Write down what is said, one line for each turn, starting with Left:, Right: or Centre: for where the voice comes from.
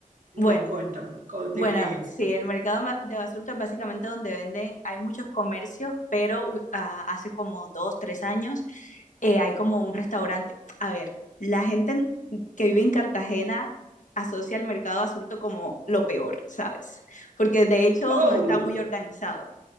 Right: no,
Left: Bueno,
Right: cuéntame, co- ¿de
Left: bueno,
Right: qué es?
Left: sí, el mercado ma- de Basurto es básicamente donde venden, hay muchos comercios, pero u- ah, hace como dos, tres años eh, hay como un restaurante. A ver, la gente en- que vive en Cartagena asocia el mercado Basurto como lo peor, ¿sabes? Porque de hecho
Right: Oh,
Left: no está muy organizado